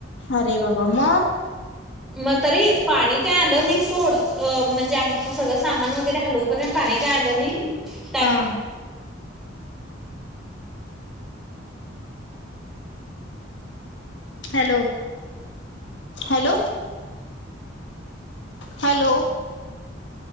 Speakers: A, on the left (about 70°); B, in the centre.
A: अरे बाबा म?
B: मग तरी पाणी काय आलं नाही. सोड म्हणजे आमच सगळ सामान वगैरे हलवू पर्यंत पाणी काय आलं नाही टा
A: हा. हॅलो हॅलो हॅलो